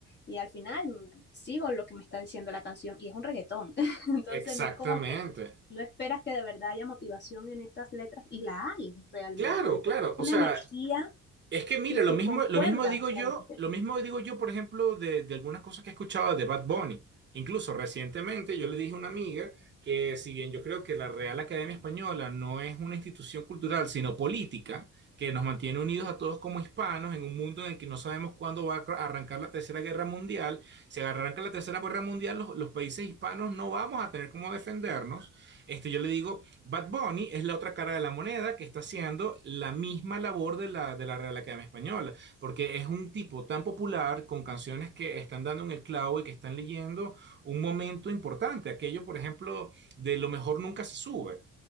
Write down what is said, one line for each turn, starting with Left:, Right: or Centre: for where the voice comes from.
Left: Y al final mm, sigo lo que me está diciendo la canción y es un reggaetón. <laughs> Entonces
Right: exactamente.
Left: no es como que no esperas que de verdad haya motivación en estas letras y la hay realmente,
Right: Claro,
Left: porque
Right: claro.
Left: es
Right: O
Left: una
Right: sea,
Left: energía
Right: Es que mira,
Left: que, que
Right: lo mismo,
Left: concuerda
Right: lo mismo digo yo,
Left: realmente.
Right: lo mismo digo yo, por ejemplo, de, de algunas cosas que he escuchado de Bad Bunny. Incluso recientemente yo le dije a una amiga que si bien yo creo que la Real Academia Española no es una institución cultural, sino política, que nos mantiene unidos a todos como hispanos en un mundo en el que no sabemos cuándo va a arr- arrancar la Tercera Guerra Mundial, si arranca la Tercera Guerra Mundial, los, los países hispanos no vamos a tener cómo defendernos. Este, yo le digo... Bad Bunny es la otra cara de la moneda que está haciendo la misma labor de la, de la Real Academia Española, porque es un tipo tan popular con canciones que están dando en el clavo y que están leyendo un momento importante. Aquello, por ejemplo, de Lo mejor nunca se sube.